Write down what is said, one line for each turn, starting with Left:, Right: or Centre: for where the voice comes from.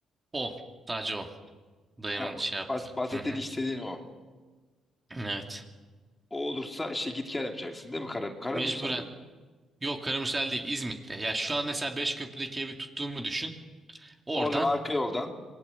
Right: O. Sadece o. Dayımın
Left: Ha, o,
Right: şey yaptı.
Left: bahs- bahsettiğin
Right: Hı hı.
Left: istediğin o.
Right: Evet.
Left: O olursa işte git gel yapacaksın değil mi? Kara, kara
Right: Mecburen.
Left: müsaade mi?
Right: Yok Karamisel değil İzmit'te. Ya şu an mesela Beşköprü'deki evi tuttuğumu düşün. Oradan
Left: Oradan arka yoldan